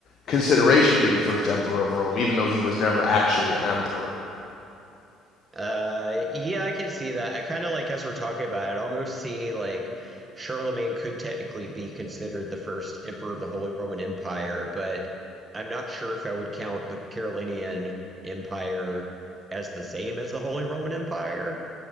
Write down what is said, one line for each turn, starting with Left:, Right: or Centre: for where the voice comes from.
Left: consideration for being the first emperor of Rome, even though he was never actually an emperor.
Right: Uh, yeah, I can see that. I kind of like as we're talking about it, almost see like Charlemagne could technically be considered the first emperor of the Holy Roman Empire, but I'm not sure if I would count the Carolingian Empire as the same as the Holy Roman Empire.